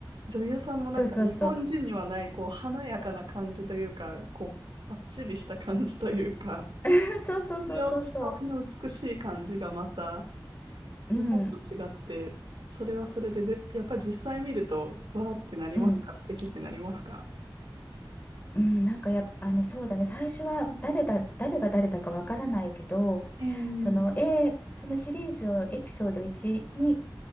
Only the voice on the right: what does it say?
女優さんもなんか日本人にはない、
こう、華やかな感じというか、こう、パッチリした感じというか、
強、強みの美しい感じがまた
日本と違って、それはそれで、ぜ、やっぱり実際見ると、わーってなりますか素敵ってなりますか
えー、